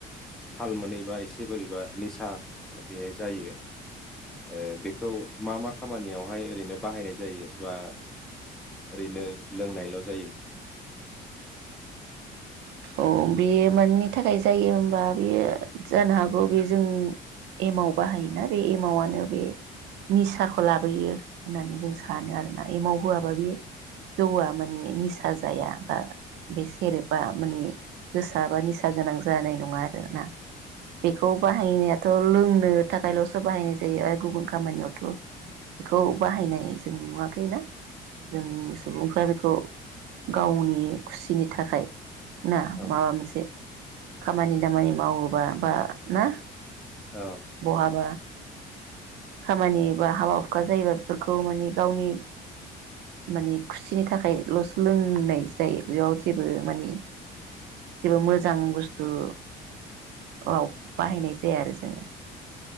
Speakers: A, in the centre; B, on the right.
A: थाल मोनैबा एसे बोरैबा निसा बे जायो ओ बेखौ मा मा खामानियावहाय ओरैनो बाहायनाय जायो बा ओरैनो लोंनायल' जायो?
B: औ बे माननि थाखाय जायो होमबा बेयो जानो हागौ बे जों एमाव बाहायोना बे एमावानो बे निसाखौ लाबोयो होननानै जों सानो आरोना एमाव होआबा बे जौआ माने निसा जाया बा बे सेरेबा माने गोसा बा निसा गोनां जानाय नङा आरो ना। बेखौ
A: उम
B: बाहायनो थ' लोंनो थाखायल'सो बाहायनाय जायो आरो गुबुन खामानियावथ' बेखौ बाहायनाय जों नुवाखै ना जों सुबुंफ्रा बेखौ गावनि खुसिनि थाखाय ना
A: औ
B: माबा मोनसे। खामानि दामानि मावोबा बा ना?
A: औ
B: बहाबा खामानि बा हाबा हुखा जायोबा बेफोरखौ माने गावनि मानि खुसिनि थाखायल'सो लोंनाय जायो बेयाव जेबो मानि जेबो मोजां बुस्थु आव बाहायनाय जाया आरो जोङो।